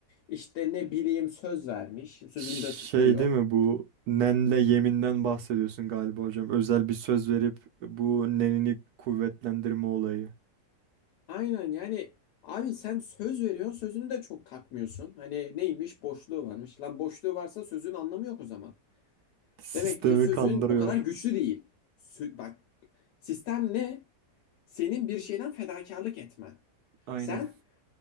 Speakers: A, on the left; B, on the right.
A: İşte ne bileyim söz vermiş. Sözünü
B: Şey
A: de tuttuğu yok.
B: değil mi bu nenle yeminden bahsediyorsun galiba hocam. Özel bir söz verip bu nenini kuvvetlendirme olayı.
A: Aynen yani abi sen söz veriyorsun sözünü de çok takmıyorsun. Hani neymiş boşluğu varmış. Lan boşluğu varsa sözün anlamı yok o zaman.
B: Sistemi
A: Demek ki sözün
B: kandırıyor.
A: o kadar güçlü değil. Sü- bak sistem ne? Senin bir şeyden fedakarlık etmen.
B: Aynen.
A: Sen